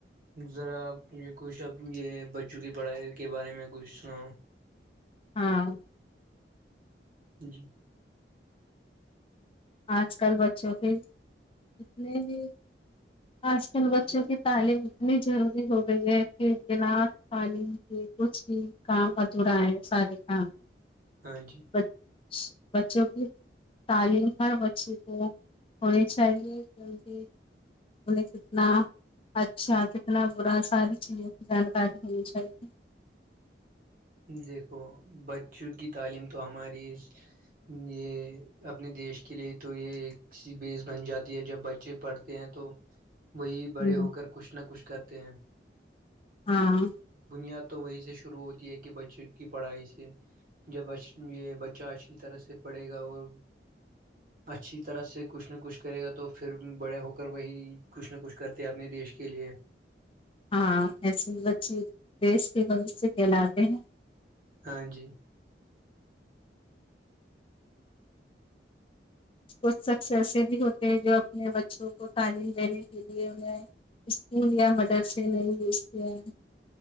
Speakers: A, on the right; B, on the left.
A: ذرا آپ مجھے کچھ اب یہ بچوں کی پڑھائی کے بارے میں کچھ سناؤ
B: ہاں
A: جی
B: آج کل بچوں کے کتنے بھی آج کل بچوں کی تعلیم اتنی ضروری ہو گئی ہے کہ بنا تعلیم کچھ بھی کام ادھورا ہے سارے کام
A: ہاں جی
B: بچ بچوں کی تعلیم ہر بچے کو ہونی چاہیے کیونکہ انہیں کتنا اچھا کتنا برا ساری چیزوں کی جانکاری ہونی چاہیے
A: دیکھو بچوں کی تعلیم تو ہماری یہ اپنے دیش کے لیے تو یہ ایک سی بیس بن جاتی ہے جب بچے پڑھتے ہیں تو وہی بڑے
B: ہوں
A: ہوکر کچھ نہ کچھ کرتے ہیں
B: ہاں
A: بنیاد تو وہی سے شروع ہوتی ہے کہ بچوں کی پڑھائی سے جب بش یہ بچہ اشی طرح سے پڑھے گا اور اچھی طرح سے کچھ نہ کچھ کرے گا تو پھر بڑے ہو کر وہی کچھ نہ کچھ کرتے اپنے دیش کے لیے
B: ہاں ایسے بچے دیش کے بہوش کہلاتے ہیں
A: ہاں جی
B: کچھ شخص ایسے بھی ہوتے ہیں جو اپنے بچوں کو تعلیم دینے کے لیے انہیں اسکول یا مدرسے نہیں بھیجتے ہیں